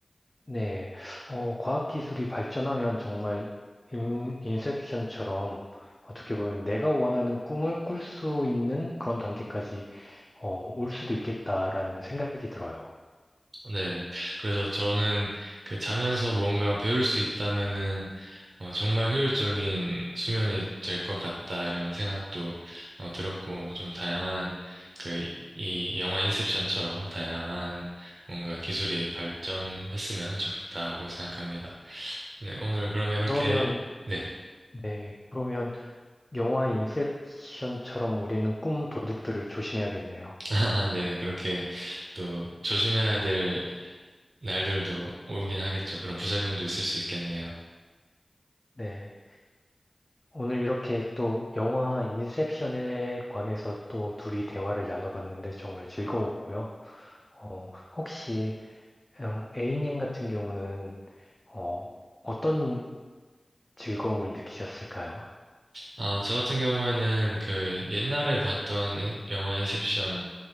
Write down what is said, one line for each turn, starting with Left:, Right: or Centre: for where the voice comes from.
Left: 네, 어, 과학기술이 발전하면 정말 인, 인셉션처럼 어떻게 보면 내가 원하는 꿈을 꿀 수 있는 그런 단계까지 어, 올 수도 있겠다라는 생각이 들어요.
Right: 네. 그래서 저는 그 자면서 뭔가 배울 수 있다면은 어, 정말 효율적인 수면이 될 것 같다 이런 생각도 어, 들었고 좀 다양한 그 이 영화 인셉션처럼 다양한 뭔가 기술이 발전했으면 좋겠다고 생각합니다. 네, 오늘 그러면 이렇게
Left: 그러면,
Right: 네.
Left: 네, 그러면 영화 인셉션처럼 우리는 꿈 도둑들을 조심해야겠네요.
Right: 아, 네, 그렇게 또 조심해야 될 날들도 오긴 하겠죠. 그런 부작용도 있을 수 있겠네요.
Left: 네, 오늘 이렇게 또 영화 인셉션에 관해서 또 둘이 대화를 나눠봤는데 정말 즐거웠고요. 어, 혹시 어, A님 같은 경우는 어, 어떤 즐거움을 느끼셨을까요?
Right: 아, 저 같은 경우에는 그 옛날에 봤던 인- 영화 인셉션에